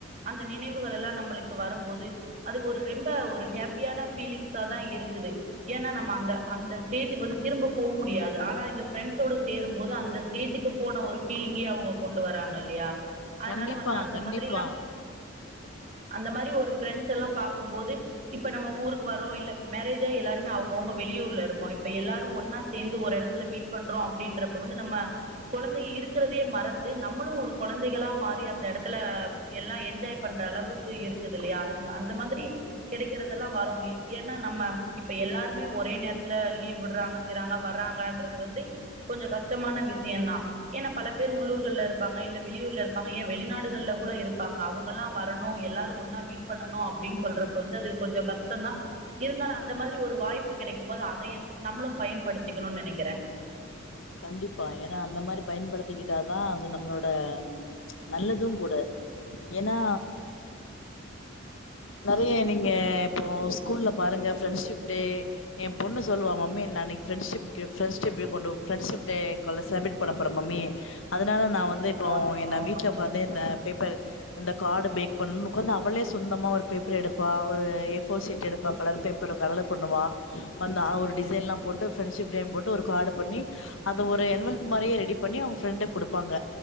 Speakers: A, on the right; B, on the left.
A: அந்த நினைவுகள் எல்லாம் நம்மளுக்கு வரும்போது அது ஒரு ரெம்ப ஒரு ஹாப்பியான பீலிங்ஸ தான் இருக்குது ஏன்னா நம்ம அந்த அந்த ஸ்டேஜுக்கு வந்து திரும்ப போக முடியாது ஆனா எங்க பிரெண்ட்ஸோட சேரும்போது அந்த ஸ்டேஜுக்கு போன ஒரு பீலிங்கே அவங்க கொண்டு வராங்க இல்லயா அதனால
B: கண்டிப்பா
A: வந்து அந்த
B: கண்டிப்பா
A: மாதிரிலாம் அந்த மாதிரி ஒரு பிரெண்ட்ஸ் எல்லாம் பார்க்கும்போது இப்ப நம்ம ஊருக்கு வர்றோம் இல்ல மேரேஜ் அயி எல்லாருே அவங்கவுங்க வெளியூர் ல்ல இருப்போம் இப்ப எல்லாரும் ஒன்னா சேர்ந்து ஒரு இடத்துல மீட் பண்றோம் அப்டின்ற வந்து நம்ம கெழந்தை இருக்கிறதே மறந்து நம்மளும் ஒரு குழந்தைகளா மாறி அந்த இடத்துல எல்லாம் என்ஜாய் பண்ற அளவுக்கு இருக்குது இல்லையா அந்த மாதிரி கிடைக்கறதெல்லாம் வரோம் ஏன்னா நம்ம இப்ப எல்லாருமே ஒரே நேரத்துல லீவ் விடுறாங்க செய்றாங்க வறங்கன்றது வந்து கொஞ்சம் கஷ்டமான விஷயம் தான் ஏன்னா பல பேர் உள்ளூருக்கு ல்ல இருப்பாங்க இல்ல வெளியூர்ல இருப்பாங்க ஏ வெளிநாடுல கூட இருப்பாங்க அவங்க எல்லாம் வரணும் எல்லாரும் ஒன்னா மீட் பண்ணணும் அப்டின்னு சொல்றப்ப வந்து அது கொஞ்சம் கஷ்டம தான் இருந்தாலும் அந்த மாரி ஒரு வாய்ப்பு கெடைக்கும் போது அதையும் நம்மளும் பயன்படுத்திக்கணும்னு நினைக்கிறேன்
B: கண்டிப்பா ஏன்னா அந்த மாரி பயன்படுத்திக்கிட்டாதான் அது நம்மளோட ம் ச் நல்லதும் கூட ஏன்னா நிறைய நீங்க இப்போ ஸ்கூல்ல பாருங்க ஃப்ரெண்ட்ஷிப் டே என் பொண்ணு சொல்லுவா மம்மி நான்னைக்கு ப்ரெண்ட்ஷிப்கு ப்ரெண்ட்ஷிப் கொண்டு ரெண்ட்ஷிப் டே கொள்ள செலப்ரேட் பண்ண போறேன் மம்மி அதனால நான்
A: அதா
B: வந்து இப்போ
A: நா
B: என்ன வீட்டுல
A: ஒரு
B: உட்காந்து
A: கன்சல்ட்
B: இந்த பேப்பர் இந்த காடு பேக் பண்ணு உக்காந்து அவளே சொந்த ஒரு பேப்பர் எடுப்பா ஒரு ஏர்போசீட் எடுப்பா கலர் பேப்பர் கரல பண்ணுவா அந்த ஒரு டிசைன் எல்லாம் போட்டு ப்ரண்ட்ஷிப் டே போட்டு ஒரு கார்டு பண்ணி அத ஒரு அவெல்ப் மாரிரே ரெடி பண்ணி அவங்க ஃப்ரெண்ட குடுப்பாங்க